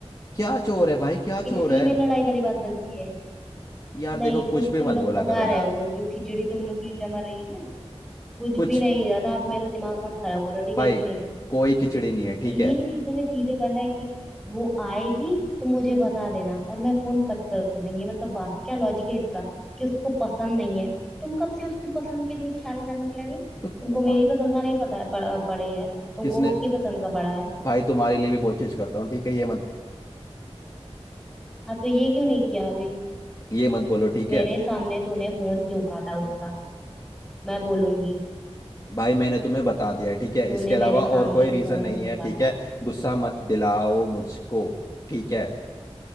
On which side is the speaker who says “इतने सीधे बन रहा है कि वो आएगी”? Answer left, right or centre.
Centre